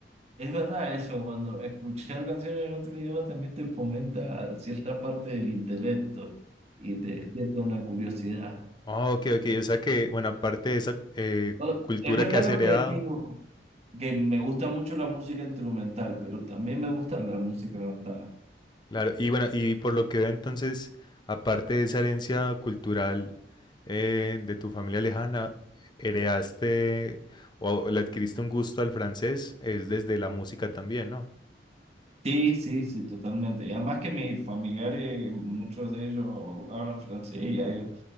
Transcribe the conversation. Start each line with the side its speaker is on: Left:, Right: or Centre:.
Right: es verdad eso, cuando escuchar canciones en otro idioma también te fomenta cierta parte del intelecto y te despierta una curiosidad.
Left: Ah, ok, ok, o sea que, bueno, aparte de esa eh,
Right: No,
Left: cultura
Right: Es verdad
Left: que has
Right: lo
Left: heredado,
Right: que decimos, que me gusta mucho la música instrumental, pero también me gusta la música cantada.
Left: Claro, y bueno, y por lo que veo entonces, aparte de esa herencia cultural eh, de tu familia lejana, heredaste o le adquiriste un gusto al francés, es desde la música también, ¿no?
Right: Sí, sí, sí, totalmente. Y además que mis familiares, muchos de ellos hablan francés y hay